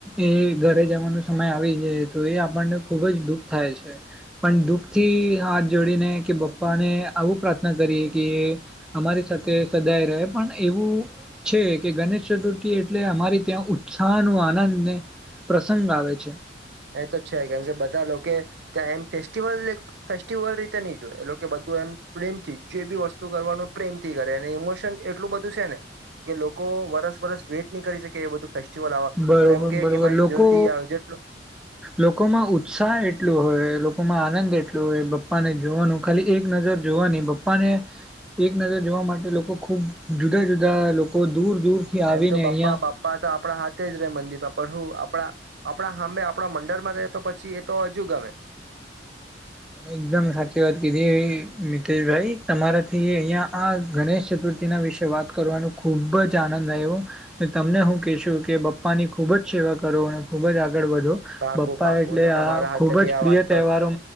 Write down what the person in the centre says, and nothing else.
એ ઘરે જવાનો સમય આવી જાય તો એ આપણને ખુબ જ દુઃખ થાય છે પણ દુઃખ થી હાથ જોડીને કે બાપ્પા ને આવું પ્ર કરીએ કે અમારી સાથે સદાય રહે પણ એવું છે કે ગણેશ ચતુર્થી એટલે અમારી ત્યાં ઉત્સાહ ન આનંદને પ્રસંગ આવે છે
બરોબર
બરોબર
લોકો
લોકોમાં ઉત્સાહ એટલું હોય લોકોમાં આનંદ એટલું હોય પપ્પા ને જોવાનું ખાલી એક નજર જોવાની બપ્પાને એક નજર જોવા માટે લોકો ખુબ જુદા જુદા લોકો દૂર દૂરથી આવીને
અહીંયા
એકદમ સાચી વાત કીધી મિતેશભાઈ તમારાથી અહિયાં આ ગણેશ ચતુર્થીના વિશે વાત કરવાનો ખૂબ જ આનંદ આવ્યો તમને હું કહેશું કે બપ્પા ની ખૂબ જ સેવા કરો અને ખુબ જ આગળ વધો
પપ્પા
એટલે
આ
ખુબ
જ
પ્રિય
તહેવારો